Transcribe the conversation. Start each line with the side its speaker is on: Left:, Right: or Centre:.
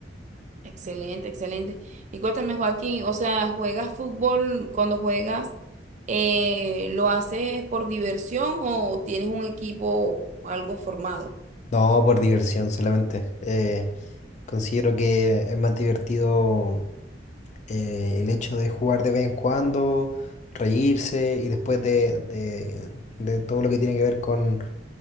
Right: Excelente, excelente. Y cuéntame, Joaquín, o sea, ¿juegas fútbol cuando juegas? eh, ¿lo haces por diversión o tienes un equipo algo formado?
Left: No por diversión solamente. Eh, considero que es más divertido eh, el hecho de jugar de vez en cuando, reírse y después de, de- de todo lo que tiene que ver con,